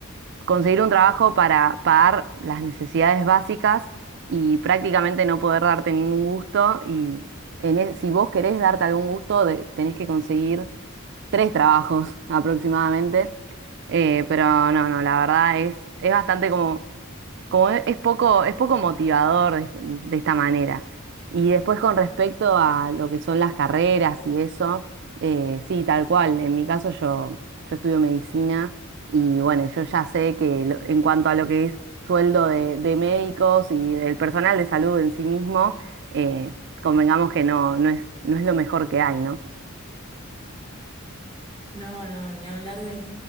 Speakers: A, on the right; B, on the left.
A: conseguir un trabajo para pagar las necesidades básicas y prácticamente no poder darte ningún gusto. Y en e- si vos querés darte algún gusto, de- tenés que conseguir tres trabajos <laughs> aproximadamente. Eh, pero no, no, la verdad es, es bastante como como es, es poco, es poco motivador de, de esta manera. Y después con respecto a lo que son las carreras y eso, eh, sí, tal cual. En mi caso yo, yo estudio medicina y bueno, yo ya sé que lo- en cuanto a lo que es sueldo de, de médicos y del personal de salud en sí mismo, eh, convengamos que no, no es, no es lo mejor que hay, ¿no?
B: No, no, ni hablar de,